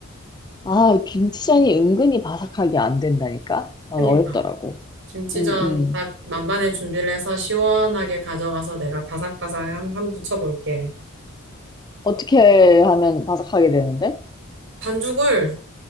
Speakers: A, on the left; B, on the right.
A: 아, 김치전이 은근히 바삭하게 안 된다니까? 난
B: 그니까.
A: 어렵더라고.
B: 김치전
A: 음, 음.
B: 딱 만반의 준비를 해서 시원하게 가져가서 내가 바삭바삭 한, 한 붙여볼게.
A: 어떻게 하면 바삭하게 되는데?
B: 반죽을